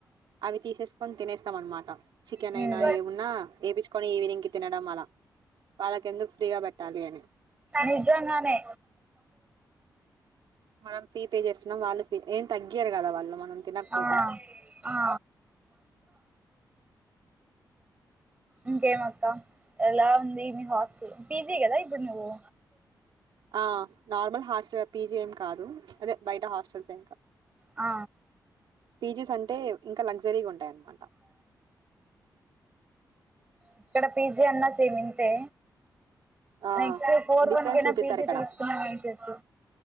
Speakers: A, on the right; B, on the right.
A: అవి తీసేసుకొని తినేస్తాం అనమాట చికెన్
B: ఉమ్
A: అయినా ఏమున్నా వపించుకొని ఈవినింగ్ కి తినడం అలా వాళ్ళకి ఎందుకు ఫ్రీగా పెట్టాలి అని
B: నిజంగా నిజంగానే
A: మనం ఫీ పే చేస్తున్నాం వాళ్ళు ఫీ ఏం తగ్గయారు కదా వాళ్ళు మనం తినకపోతే
B: ఆ ఆ ఇంకేం అక్క ఎలా ఉంది మీ హాస్టల్ పీజీ కదా ఇప్పుడు నువ్వు
A: ఆ నార్మల్ హాస్టల్ పీజి ఏం కాదు అదే బయట హాస్టల్స్ ఇంకా
B: ఆ
A: పీజీస్ అంటే ఇంకా లగ్జరీగా ఉం ఉంటాయి అనమాట
B: ఇక్కడ పిజి అన్నా సేమ్ ఇంతే
A: ఆ
B: నెక్స్ట్ ఫోర్
A: డిఫరెన్స్
B: వన్ కైనా
A: చూపిస్తారు
B: పీజీ
A: ఇక్కడ
B: తీసుకున్నామని చెప్పి